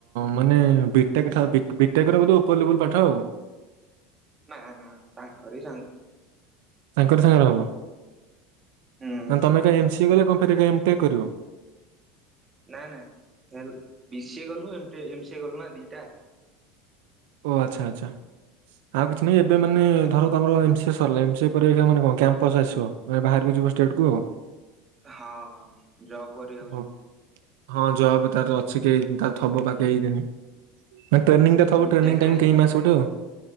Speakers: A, on the right; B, on the right.
A: ମାନେ ବିଟେକ୍ ଠାରୁ, ବିଟେକ୍ ର ଉପର ଲେବୁଲ ପାଠ ଆଉ
B: ନା ନା ତା ଆରେ ସାଙ୍ଗ
A: ତାଙ୍କରି ସାଙ୍ଗରେ ହବ
B: ହୁଁ
A: ମ ତମେ କାହି ଏମ୍ ସି ଏ କଲ କଣ ଫେରିକା ଏମ୍ଷ ଟେକ୍ କରିବ
B: ନାଁ ନାଁ ବି ସି ଏ କଲୁ ଏମ ସି ଏ କଲୁ ନା ଦିଟା
A: ଓ ଆଚ୍ଛା ଆଚ୍ଛା ଆଉ କିଛି । ନାଇଁ ଏବେ ମାନେ
B: ଖାଲି
A: ଧର ତମର ଏ C S M C A ପରୀକ୍ଷା ମାନେ କଣ କ୍ୟାମ୍ପସ୍ ଆସିବ ମାନେ ବାହାରକୁ ଯିବ ଷ୍ଟେଟ୍ କୁ
B: ହଁ ହଁ ଜବ୍ କରିବାକୁ
A: ଓ,
B: ଯିବୁ
A: ହଁ ଜବ୍ ତାର ଅଛି ଥବ ବା କେଇ ଦିନି ଟ୍ରେନିଂ ଟା ତ
B: ବିଟେକ୍
A: ନିଂ <unintelligible>
B: ରେ
A: ଟାଇମ୍ କେମ ଆସିବୁ ଠୁ